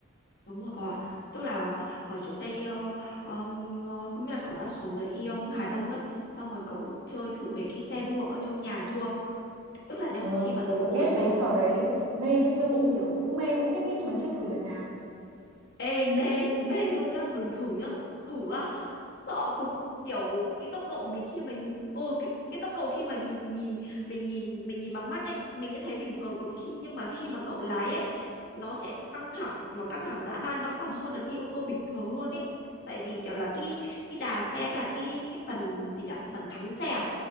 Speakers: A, on the left; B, on the right.
A: đúng rồi cậu ạ tức là ở trước đây ờ, ờm, ờ, không biết là cậu đã xuống dưới Ion Hà Đông ấy xong rồi cậu chơi thử mấy cái xe đua ở trong nhà chưa tức là nhá
B: ừ,
A: khi mà
B: tôi
A: tớ
B: tôi
A: ngồi
B: biết
A: xuống
B: mấy trò đấy mê trông
A: ừ
B: kiểu cũng mê cũng thích ấy nhưng mà chưa thử lần nào
A: ê mê mê thôi nhá đừng thử nhá thử á sợ cực kiểu cái tốc độ mình khi mà nhìn ừ cái, cái tốc độ khi mà nhìn nhìn mình nhìn mình nhìn bằng mắt ấy mình sẽ thấy bình thường cực khi nhưng mà khi mà cậu lái ấy nó sẽ căng thẳng nó căng thẳng dã man nó còn hơn là đi ô tô bình thường luôn ấy tại vì kiểu là cái cái đà xe với cả cái cái phần gì nhở phần thắng xe à?